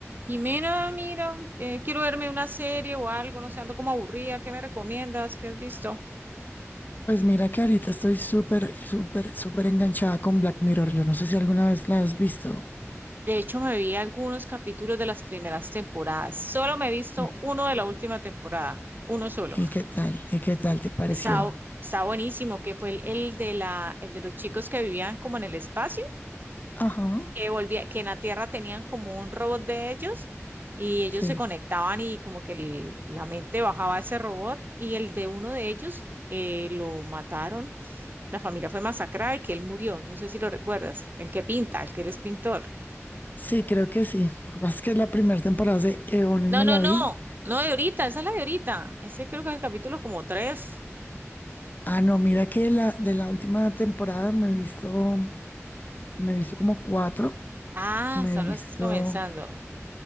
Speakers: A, on the right; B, on the left.
A: Jimena, mira, eh, quiero verme una serie o algo, no sé, ando como aburrida, ¿qué me recomiendas? ¿Qué has visto?
B: Pues mira que ahorita estoy súper, súper, súper enganchada con Black Mirror. Yo no sé si alguna vez la has visto.
A: De hecho, me vi algunos capítulos de las primeras temporadas. Solo me he visto
B: Ujú.
A: uno de la última temporada, uno solo.
B: ¿Y qué tal? ¿Y qué tal te pareció?
A: Está, bu- está buenísimo, que fue el, el de la, el de los chicos que vivían como en el espacio.
B: Ajá.
A: que volvía, que en la Tierra tenían como un robot de ellos y ellos
B: Sí.
A: se conectaban y como que le- la mente bajaba a ese robot y el de uno de ellos eh, lo mataron. La familia fue masacrada y que él murió. No sé si lo recuerdas. El que pinta, el que él es pintor.
B: Sí, creo que sí. Lo que pasa es que la primera temporada de Eones me
A: No, no,
B: la
A: no.
B: vi.
A: No, de ahorita, esa es la de ahorita. Ese creo que es el capítulo como tres.
B: Ah, no, mira que la, de la última temporada me he visto, me he visto como cuatro.
A: Ah,
B: Me
A: solo
B: he visto,
A: estás comenzando.